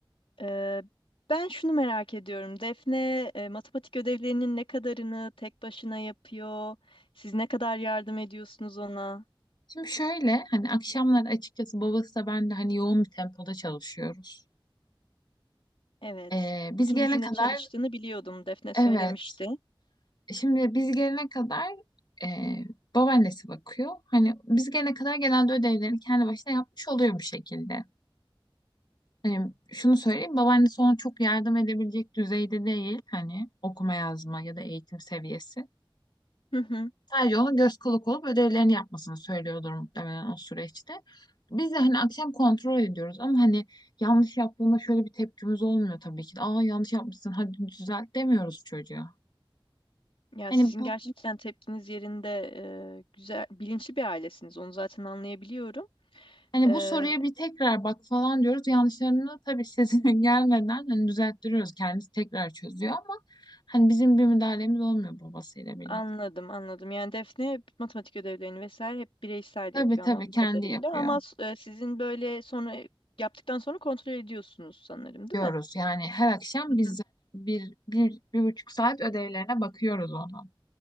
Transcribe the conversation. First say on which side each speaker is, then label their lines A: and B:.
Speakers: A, on the left; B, on the left.
A: Ee, ben şunu merak ediyorum. Defne e, matematik ödevlerinin ne kadarını tek başına yapıyor? Siz ne kadar yardım ediyorsunuz ona?
B: Şimdi şöyle hani akşamları açıkçası babası da ben de hani yoğun bir tempoda çalışıyoruz.
A: Evet.
B: Ee, biz
A: İkinizin
B: gelene kadar
A: de çalıştığını biliyordum. Defne
B: evet.
A: söylemişti.
B: Şimdi biz gelene kadar e, babaannesi bakıyor. Hani biz gelene kadar genelde ödevlerini kendi başına yapmış oluyor bir şekilde. Hani şunu söyleyeyim, babaannesi ona çok yardım edebilecek düzeyde değil hani okuma yazma ya da eğitim seviyesi.
A: Hı hı.
B: Sadece ona göz kulak olup ödevlerini yapmasını söylüyordur muhtemelen o süreçte. Biz de hani akşam kontrol ediyoruz ama hani yanlış yaptığında şöyle bir tepkimiz olmuyor tabii ki. de. Aa yanlış yapmışsın hadi düzelt demiyoruz çocuğa.
A: Ya
B: Hani
A: sizin
B: bu
A: gerçekten tepkiniz yerinde e, güzel, bilinçli bir ailesiniz. Onu zaten anlayabiliyorum.
B: hani
A: Ee,
B: bu soruya bir tekrar bak falan diyoruz. Yanlışlarını tabii sesinin <laughs> gelmeden hani düzelttiriyoruz. Kendisi tekrar çözüyor ama hani bizim bir müdahalemiz olmuyor babasıyla birlikte.
A: anladım, anladım. Yani Defne matematik ödevlerini vesaire hep bireysel
B: Tabii
A: yapıyor
B: tabii
A: anladığım
B: kendi
A: kadarıyla.
B: yapıyor
A: Ama s- e, sizin böyle sonra yaptıktan sonra kontrol ediyorsunuz sanırım, değil
B: diyoruz.
A: mi?
B: Yani her akşam
A: Hı
B: biz
A: hı,
B: bir, bir, bir buçuk saat ödevlerine bakıyoruz onu.